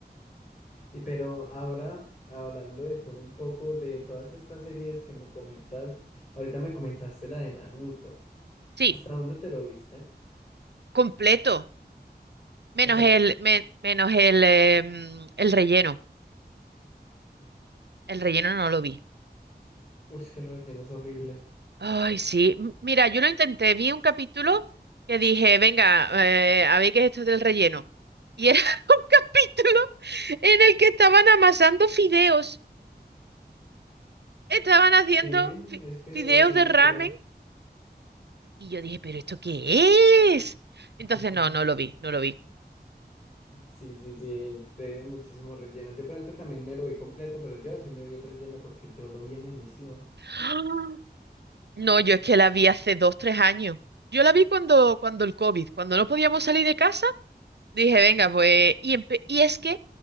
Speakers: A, on the left; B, on the right.
A: Y pero ahora, hablando de todo un poco, de todas estas series que me comentas, ahorita me comentaste la de Naruto.
B: sí,
A: ¿Hasta dónde te lo viste?
B: completo. Menos
A: Hasta el...
B: el, me- menos el, em, el relleno. El relleno no lo vi.
A: Uy, es que el relleno es horrible.
B: Ay, sí. M- Mira, yo lo intenté, vi un capítulo que dije, venga, eh, a ver qué es esto del relleno. Y era <laughs> un capítulo en el que estaban amasando fideos. Estaban haciendo
A: Sí,
B: fi-
A: es que
B: fideos
A: así,
B: de
A: literal.
B: ramen. Y yo dije, ¿pero esto qué es?
A: <laughs>
B: Entonces, no, no lo vi, no lo vi.
A: Sí, sí, sí, es- tiene muchísimo relleno. Yo, por ejemplo, también me lo vi completo, pero yo sí me vi el relleno porque yo lo vi en emisión.
B: <gasps> No, yo es que la vi hace dos, tres años. Yo la vi cuando, cuando el COVID, cuando no podíamos salir de casa. Dije, venga, pues. Y, empe- y es que